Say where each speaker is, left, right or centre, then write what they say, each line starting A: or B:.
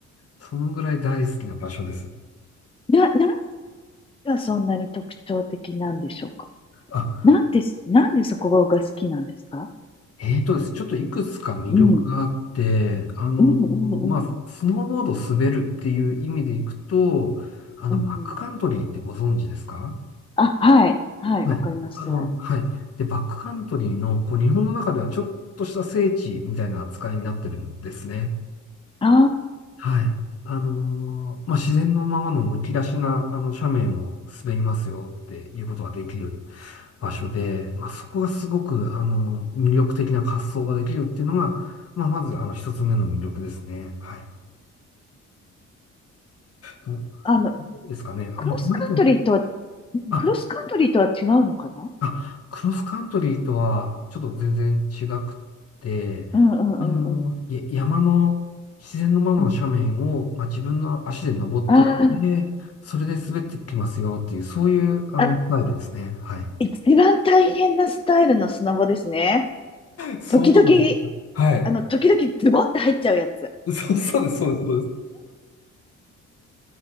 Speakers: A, on the left (about 50°); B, on the left (about 20°).
A: そのぐらい大好きな場所です。
B: な、何がそんなに特徴的なんでしょうか
A: あ、
B: なんです、なんでそこが好きなんですか
A: えーとですね、ちょっといくつか魅力があって、
B: うん。
A: あの、
B: うんうんうん。
A: まあ、スノーボード滑るっていう意味でいくと、あの、
B: うん
A: バックカントリーってご存知ですか
B: あ、はい。はい、
A: はい。
B: わかります。
A: あの、
B: あ
A: はい。で、バックカントリーの、こう、日本の中ではちょっとした聖地みたいな扱いになってるんですね。
B: あ、
A: はい。あのーまあ、自然のままのむき出しな、あの、斜面を滑りますよっていうことができる場所で、まあ、そこがすごく、あの、魅力的な滑走ができるっていうのが、まあ、まず、あの、一つ目の魅力ですね。はい。どど
B: あの、
A: うですかね。
B: クロスカントリーとは、
A: あまあ、マイクの
B: うん
A: あ、
B: クロスカントリーとは違うのかな
A: あ、クロスカントリーとは、ちょっと全然違くって、
B: うんうんうんうん。
A: あの、や山の、自然のままの斜面を、
B: うん。
A: まあ、自分の足で登ってって、
B: あ
A: それで滑ってきますよっていう、そういう、あの、
B: あ、あ、
A: スタイルですね。はい。
B: 一番大変なスタイルのスノボですね。
A: そうなん、
B: 時々、
A: はい。
B: あの、時々ズボって入っちゃうやつ。
A: そう、そうです、そうです、そうです。